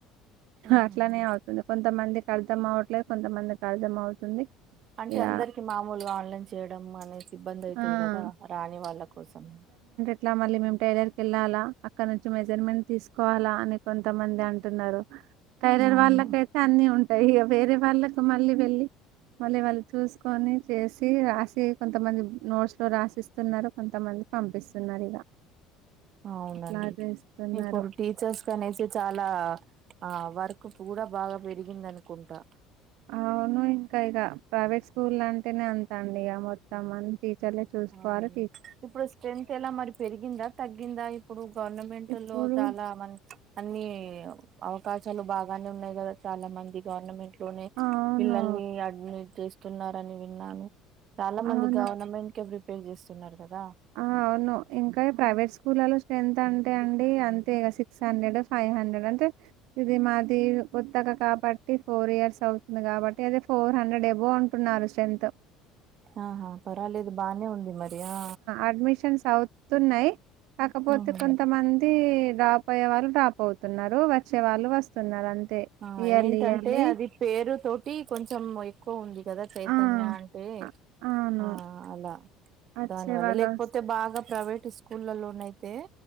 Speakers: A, on the right; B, on the right.
A: ఉహుహు
B: అట్లానే అవుతుంది కొంతమందికి అర్థం అవట్లేదు కొంతమందికి అర్థం అవుతుంది
A: అంటే
B: ఇగ
A: అందరికి మామూలుగా ఆన్లైన్ చేయడం అనేసి సిబ్బంది అవుతది
B: ఆ
A: కదా రాని వాళ్ళ కోసం
B: ఇట్లా మళ్ళీ మేం టైలర్ కి ఏళ్ళాలా అక్కడ నుంచి మెజర్మెంట్ తీసుకోవాలా అని కొంతమంది అం అంటున్నారు టైలర్
A: అవును
B: వాళ్ళకయితే అన్ని ఉంటాయి ఇగ వేరే వాళ్ళకు మళ్ళీ వెళ్ళి మళ్ళీ వాళ్ళు చూసుకొని చేసి రాసి కొంతమంది నోట్స్ లో రాసిస్తున్నారు కొంతమంది పంపిస్తున్నారు ఇగ
A: అవునండి
B: ఇట్లా చేస్తున్నారు
A: ఇప్పుడు టీచర్స్ క అనేసి చాలా ఆ వర్క్ కూడా బాగా పెరిగింది అనుకుంటా
B: అవును ఇంకా ఇక ప్రైవేట్ స్కూల్ అంటేనే అంత అండి ఇగ మొత్తం అ టీచర్లే చు చూసుకోవాలె
A: అవును ఇప్పుడు స్ట్రెంగ్త్ ఎలా మరి పెరిగిందా తగ్గిందా ఇప్పుడు గవర్నమెంట్
B: ఇప్పుడు
A: లో చాలా మం అన్నీ అవకాశాలు బాగానే ఉన్నాయి కదా చాలా మంది గవర్నమెంట్ లోనే
B: అవును
A: పిల్లల్ని అడ్మిట్ చేస్తున్నారని విన్నాను చాలా మంది
B: అవునా
A: గవర్నమెంట్ ఊకె రిపేర్ చేస్తున్నారు కదా
B: ఆ అవును ఇంకా ప్రైవేట్ స్కూల్లో స్ట్రెంగ్త్ అంటే అండి అంతే సిక్స్ హండ్రెడ్ ఫైవ్ హండ్రెడ్ అంటే ఇది మాది కొత్తగా కాబట్టి ఫోర్ ఇయర్స్ అవుతుంది కాబట్టి అది ఫోర్ హండ్రెడ్ ఎబోంటు ఉన్నారు స్ట్రెంగ్త్
A: ఆహా పర్వాలేదు బానే ఉంది మరి ఆ
B: అడ్మిషన్స్ అవుతున్నాయి కాకపోతే
A: ఉహు.
B: కొంతమంది డ్రాప్ అయ్యే వాళ్ళు డ్రాప్ అవుతున్నారు వచ్చే వాళ్ళు వస్తున్నారు అంతే
A: ఆ
B: ఇయర్లీ
A: ఏంటంటే
B: ఇయర్లీ
A: అది పేరు తోటి కొంచెం ఎక్కువ ఉంది కదా చైతన్య
B: ఆ
A: అంటే
B: అ- అవును
A: ఆ అలా
B: వచ్చే
A: దాని వల్ల
B: వాళ్ళు
A: లేకపోతే
B: వస్-
A: బాగా ప్రైవేట్ స్కూళ్లలోనయితే